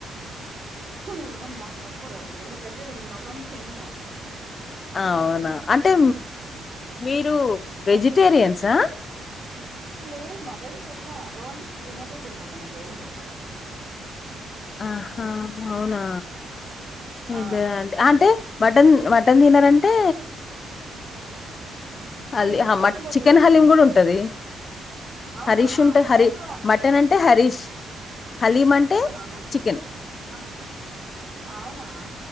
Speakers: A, on the right (about 45°); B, on the left (about 40°).
A: ఏమోలే నాకు నచ్చదు అది ఎందుకంటే నేను మత్రం తిన్నను
B: అవునా అంటే మీరు వెజిటేరియన్సా
A: ఆ, లేదు మటన్ తిన్న ఓన్లీ చికెన్ అయితే తింటా నేను ఏం తిన్ను
B: ఆహా అవునా అ
A: ఆ
B: అంటే మటన్ మటన్ తినరంటే హల్లీ
A: అది ఇష్టం
B: మ
A: ఉండది
B: చికెన్ హలీం కూడ ఉంటది
A: అవునా
B: హరీష్ ఉంటు
A: నేను
B: హరీ
A: అసలు
B: మటన్ అంటే హరీష్ హలీం అంటే
A: అ
B: చికెన్.
A: ఆహా అవునా